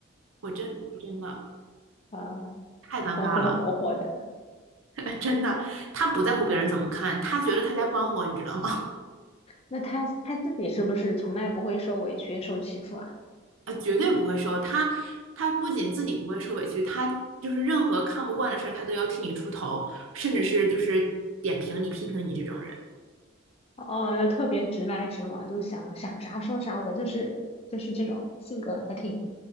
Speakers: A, on the right; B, on the left.
A: 我真的我真的
B: 啊，
A: 太尴尬了，
B: 风风火火的。
A: <laughs> 真的，他不在乎别人怎么看，他觉得他在帮我，你知道吗？
B: 那他他自己是不是从来不会受委屈、受欺负啊？
A: 啊，绝对不会受。他他不仅自己不会受委屈，他就是任何看不惯的事儿，他都要替你出头，甚至是就是点评你、批评你这种人。
B: 哦，又特别直来直往，就想想啥说啥，我就是就是这种性格，还挺